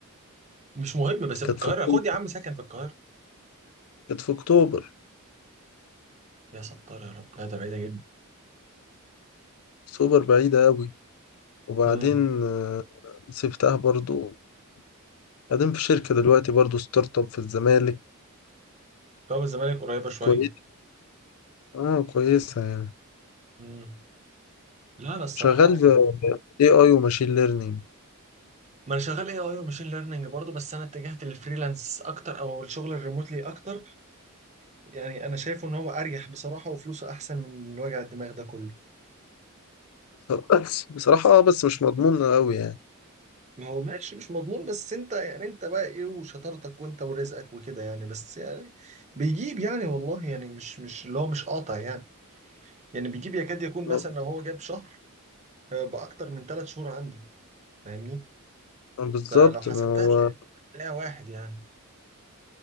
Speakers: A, on the right (about 30°); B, on the left (about 75°).
A: مش مهم بس في
B: كانت
A: القاهره
B: في أكتوبر
A: خد يا عم سكن في القاهره
B: كانت في أكتوبر
A: يا ستار يا رب لا ده بعيده جدا
B: أكتوبر بعيدة قوي وبعدين
A: امم
B: آه، سبتها برضو قاعدين في شركة دلوقتي برضو ستارت اب في الزمالك
A: باب الزمالك قريبه شويه
B: كويس اه كويسة يعني
A: امم لا انا الصراحه
B: شغال في اي اي وماشين ليرنينج
A: ما انا شغال اي اي وماشين ليرنينج برضه بس انا اتجهت للفريلانس اكتر او الشغل الريموتلي اكتر يعني انا شايفه ان هو اريح بصراحه وفلوسه احسن من الوجع الدماغ ده كله
B: بس بصراحة اه بس مش مضمون قوي يعني
A: ما هو ماشي مش مضمون بس انت يعني انت بقى ايه وشطارتك وانت ورزقك وكده يعني بس يعني بيجيب يعني والله يعني مش مش اللي هو مش قاطع يعني يعني بيجيب يكاد يكون
B: آه،
A: مثلا لو هو جاب شهر هيبقى اكتر من ثلاث شهور عندك فاهمني
B: بالظبط
A: فلو حسبتها
B: ما هو
A: هتلاقي- هتلاقيها واحد يعني